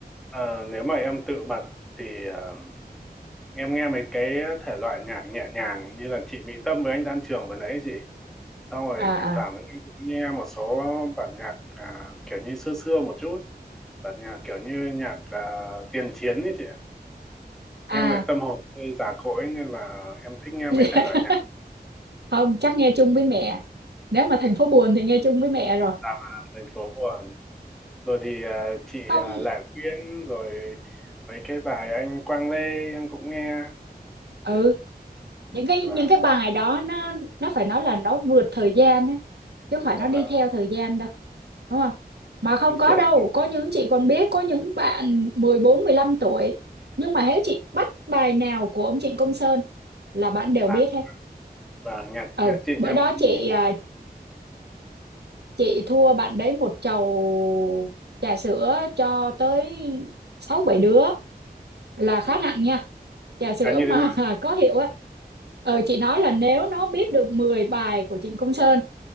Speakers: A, in the centre; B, on the right.
A: ờ, nếu mà em tự bật thì ờ, em nghe mấy cái thể loại nhạc nhẹ nhàng như là chị Mỹ Tâm với anh Đan Trường vừa nãy ấy chị xong rồi
B: à
A: thỉnh thoảng
B: à
A: thì em cũng nghe một số bản nhạc à, kiểu như xưa xưa một chút bản nhạc kiểu như nhạc à, tiền chiến ấy chị ạ em
B: à
A: lại tâm hồn hơi già cỗi nên là em thích nghe mấy
B: Dạ.
A: thể
B: <laughs>
A: loại nhạc
B: không chắc nghe chung với mẹ nếu mà thành phố buồn thì nghe chung với mẹ rồi
A: làm à, thành phố buồn rồi thì à, chị
B: <laughs> không
A: à, Lạ Quyên rồi mấy cái bài anh Quang Lê em cũng nghe
B: ừ những cái
A: và
B: những cái bài đó nó nó phải nói là nó vượt thời gian á chứ không phải
A: và,
B: nó đi
A: và
B: theo thời gian đâu đúng không mà không có
A: kiểu
B: đâu
A: như vậy
B: có những chị còn biết có những bạn mười bốn mười lăm tuổi nhưng mà hễ chị bắt bài nào của ông Trịnh Công Sơn là bạn đều
A: và
B: biết hết
A: và nhạc
B: ừ
A: nhạc Trịnh
B: bữa
A: em
B: đó
A: cũng
B: chị à chị thua bạn đấy một chầu trà sữa cho tới sáu bảy đứa là khá
A: ừ,
B: nặng nha trà sữa
A: là như
B: mà
A: thế nào
B: <laughs>
A: chị
B: có hiệu á ờ chị nói là nếu nó biết được 10 bài của Trịnh Công Sơn